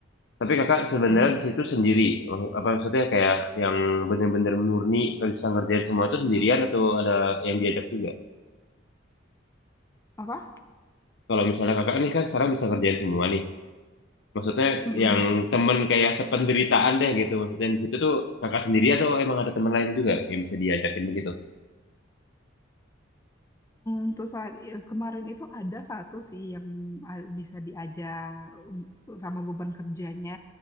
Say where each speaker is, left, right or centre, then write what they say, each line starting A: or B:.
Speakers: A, on the left; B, on the left.
A: Tapi kakak sebenarnya
B: iya ber-
A: di situ sendiri, Oh, apa maksudnya kayak yang bener-bener murni bisa ngerjain semua itu sendirian atau ada yang diajak juga?
B: apa
A: Kalau misalnya kakak ini kan sekarang bisa ngerjain semua nih. Maksudnya
B: Mm-mm.
A: yang temen kayak sependeritaan deh gitu. Maksudnya di situ tuh kakak sendiri atau emang ada teman lain juga yang bisa diajakin begitu?
B: Untuk saat i- kemarin itu ada satu sih yang a- bisa diajak untuk sama beban kerjanya.